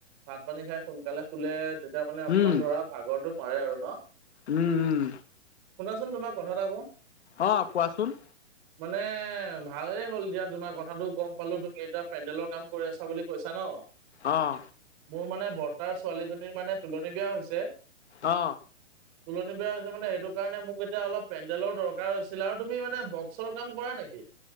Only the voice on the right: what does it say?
ভাত- পানী খাই সোনকালে শোলে তেতিয়া মানে অকমান
ধৰা ভাগৰটো মৰে আৰু ন?
শুনাচোন তোমাক কথা এটা ক‌ওঁ।
মানে ভালেই হ'ল এতিয়া তোমাৰ কথাটো গম পালো। তুমি এতিয়া পেণ্ডেলৰ কাম কৰি আছা বুলি কৈছা ন?
মোৰ মানে বৰ্তাৰ ছোৱালীজনীৰ মানে তুলনী বিয়া হৈছে।
তুলনি বেয়া হৈছে মানে। সেইটো কাৰণে মোক এতিয়া অলপ পেণ্ডেলৰ দৰ হৈছিলে তুমি মানে বক্সৰ কাম কৰা নেকি?